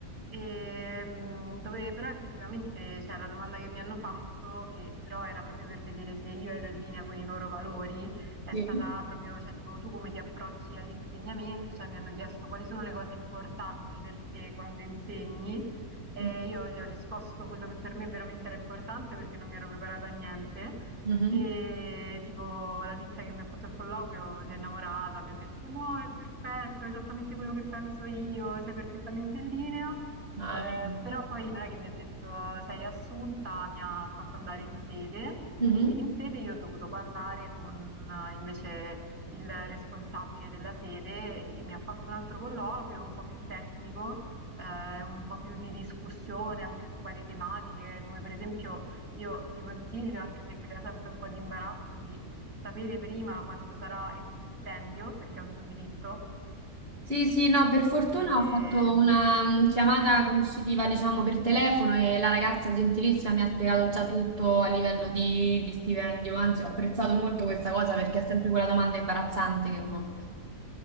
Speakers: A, on the right; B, on the right.
A: Ehm, dove però effettivamente, cioè, la domanda che mi hanno fatto, che però era proprio per vedere se io ero in linea con i loro valori, è
B: Sì.
A: stata proprio, cioè, tipo, tu come ti approcci all'insegnamento? Cioè, mi hanno chiesto quali sono le cose importanti per te quando insegni. E
B: Ok.
A: io gli ho risposto quello che per me veramente era importante perché non mi ero preparata a niente.
B: Mhm.
A: E tipo la tizia che mi ha fatto il colloquio si è innamorata, mi ha detto no, è perfetto, è esattamente quello che penso io, sei perfettamente in linea.
B: Ah,
A: Ehm,
B: vedi.
A: però poi non è che mi ha detto: "Sei assunta", mi ha fatto andare in sede
B: Mhm.
A: e in sede io ho dovuto parlare con eh, invece il responsabile della sede che mi ha fatto un altro colloquio un po' più tecnico, ehm, un po' più di discussione anche su varie tematiche, come per esempio io ti consiglio, anche se crea sempre un po' di imbarazzo, di sapere prima quanto sarà il tuo stipendio, perché è un tuo diritto.
B: Sì, sì, no, per fortuna
A: Ehm
B: ho fatto una mm, chiamata conoscitiva, diciamo, per telefono e la ragazza gentilissima mi ha spiegato già tutto a livello di, di stipendio, anzi ho apprezzato molto questa cosa perché è sempre quella domanda imbarazzante che uno